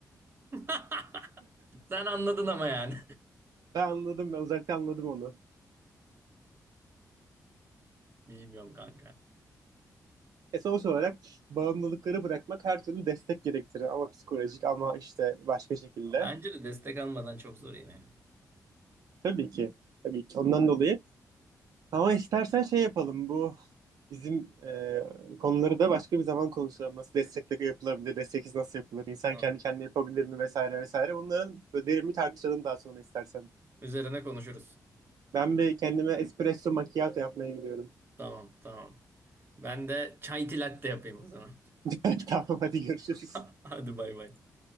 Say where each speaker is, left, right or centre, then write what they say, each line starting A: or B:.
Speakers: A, on the right; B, on the right.
A: <laughs> Sen anladın ama yani.
B: Ben anladım. Ben uzaktan anladım onu.
A: <laughs> Bilmiyorum kanka.
B: E sonuç olarak bağımlılıkları bırakmak her türlü destek gerektirir. Ama psikolojik ama işte başka şekilde.
A: Bence de destek almadan çok zor yine. ya.
B: Tabii ki. Tabii ki. Ondan dolayı. Ama istersen şey yapalım. Bu bizim e, konuları da başka bir zaman konuşalım. Nasıl destekle yapılabilir? Desteksiz nasıl yapılır? İnsan
A: Hı.
B: kendi kendine yapabilir mi? Vesaire vesaire. Bunların böyle derin bir tartışalım daha sonra istersen.
A: Üzerine konuşuruz.
B: Ben bir kendime espresso macchiato yapmaya gidiyorum.
A: Tamam tamam. Ben de çay tilatte yapayım o zaman.
B: <laughs> Tamam hadi görüşürüz.
A: <laughs> Hadi bay bay.